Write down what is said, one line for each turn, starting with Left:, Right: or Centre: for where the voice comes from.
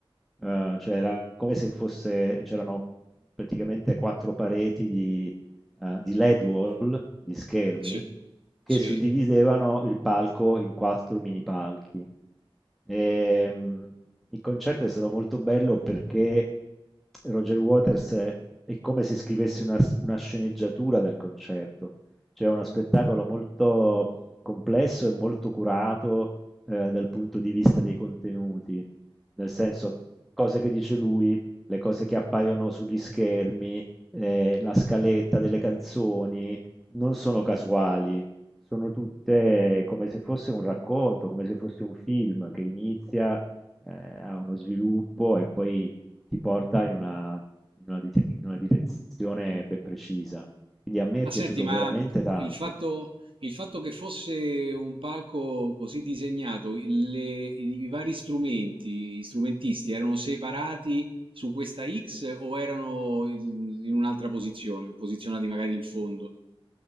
Centre: eh, cioè era come se fosse, c'erano praticamente quattro pareti di, eh, di LED wall, di schermi,
Right: sì,
Centre: che
Right: sì.
Centre: suddividevano il palco in 4 mini palchi. Ehm, il concerto è stato molto bello perché Roger Waters è come se scrivesse una, una sceneggiatura del concerto, cioè è uno spettacolo molto complesso e molto curato eh, dal punto di vista dei contenuti, nel senso cose che dice lui, le cose che appaiono sugli schermi, eh, la scaletta delle canzoni non sono casuali, sono tutte come se fosse un racconto, come se fosse un film che inizia, ehm, ha uno sviluppo e poi ti porta in una in una dite in una direzione ben precisa. Quindi a me
Right: Ma
Centre: è piaciuto
Right: senti, ma
Centre: veramente tanto.
Right: il fatto, il fatto che fosse un palco così disegnato, il- le- i vari strumenti, gli strumentisti erano separati su questa X o erano in in un'altra posizione, posizionati magari in fondo?